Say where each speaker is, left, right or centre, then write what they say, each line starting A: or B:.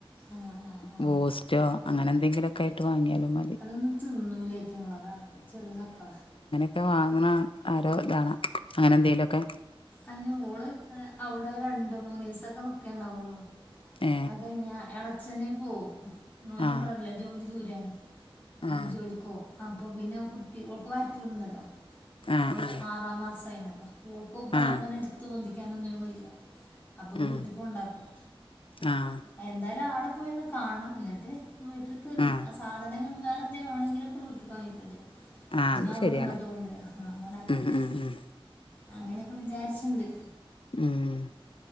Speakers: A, on the left; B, on the left.
A: ആ ആ ആ
B: ബൂസ്റ്റോ, അങ്ങനെ എന്തെങ്കിലുമൊ ഒക്കെ ആയിട്ട് വാങ്ങിയാലും മതി.
A: അതൊന്നും തിന്നൂല ഐറ്റങ്ങള് അതാണ് ചെറിയ മക്കള.
B: ഒക്കെ വാങ്ങണം ആരോ ഇതാണ് അങ്ങനെ എന്തെങ്കിലുമൊക്കെ
A: അതിന് ഓള് അവിടെ രണ്ട് മൂന്ന് ദിവസൊക്കെ നിക്കേണ്ടാവുള്ളു.
B: ഏ
A: അതഴിഞ്ഞ ഇളച്ചന് പോകും ഓന്
B: ആഹ്
A: ഇവിടെല്ല ജോലി ദൂരെണ് അപ്പൊ
B: ആഹ്
A: ജോലിക്കൊവും അപ്പൊ പിന്നെ കുട്ടി ഓക്ക് വയ്റ്റില്ണ്ടല്ലോ
B: ആഹ്
A: ഓഹ്
B: ആഹ്
A: ആറാം മാസായിണ് അപ്പൊ വളെ
B: ആഹ്
A: ഇമ്പനെ ഇട്ത്ത് പൊന്തിക്കാനൊന്നിനും കയ്യൂല അപ്പൊ
B: ഉം
A: വീട്ട്ക്ക് കൊണ്ടാക്കും
B: ആഹ്
A: എന്തായാലും ആടെ പോയോന്ന് കാണണം ന്ന്ട്ട് വീട്ട്ക്ക്
B: ആഹ്
A: സാധനങ്ങള് വേറെ എന്തേ വാണങ്കിലൊക്കെ വിട്ട്പോയിട്ക്കണ്ടിയെരും
B: ആഹ്
A: പിന്നെ
B: അത്
A: അവ്ട്ന്ന്ങ്ങട്ട്
B: ശരിയാണ്
A: കൊണ്ടരാ ആഹ് അങ്ങനാക്കണ്ടെ
B: ഉം ഉം ഉം
A: അങ്ങനൊക്കെ വിചാര്ച്ച്ണ്ട്
B: ഉം